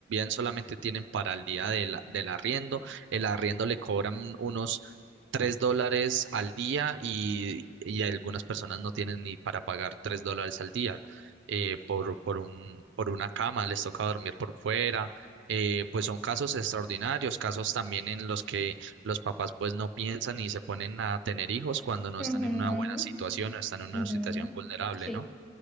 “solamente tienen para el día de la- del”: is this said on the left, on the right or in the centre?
Right